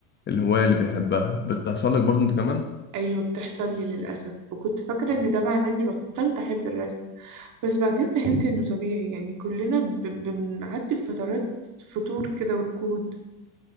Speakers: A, on the left; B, on the right.
A: الهواية اللي بيحبها بتحصل لك برضه انت كمان
B: أيوة بتحصل لي للأسف وكنت فاكرة إن ده معناه إني بطلت أحب الرسم بس بعدين فهمت إنه طبيعي يعني كلنا ب... بنعدي بفترات فتور كده وركود